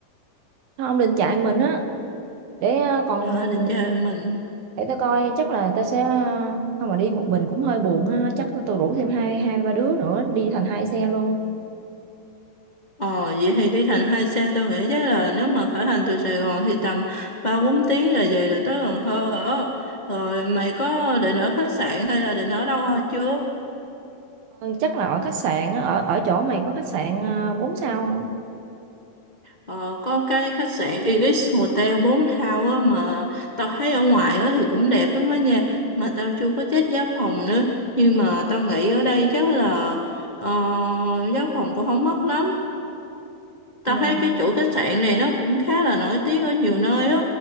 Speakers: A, on the right (about 80°); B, on the left (about 55°).
A: Không, định chạy mình á, để ờ, còn,
B: Hả, định chơi một mình.
A: để tao coi chắc là tao sẽ, ờ, không mà đi một mình cũng hơi buồn ha, chắc tao rủ thêm hai, hai ba đứa nữa, đi thành hai xe luôn.
B: Ờ, vậy thì đi thành hai xe tôi nghĩ chắc là nếu mà khởi hành từ Sài Gòn thì tầm ba bốn tiếng là về được tới Cần Thơ rồi. Rồi mày có định ở khách sạn hay là định ở đâu thôi chưa?
A: Ừ, chắc là ở khách sạn á, ở ở chỗ mày có khách sạn à, 4 sao không?
B: Ờ, có cái khách sạn Ibis Hotel Bốn sao á mà tao thấy ở ngoài á thì cũng đẹp lắm á nha. Mà tao chưa có check giá phòng nữa. Nhưng mà tao nghĩ ở đây chắc là ờ, giá phòng cũng không mắc lắm. Tao
A: Ừ.
B: thấy cái chuỗi khách sạn này nó cũng khá là nổi tiếng ở nhiều nơi á,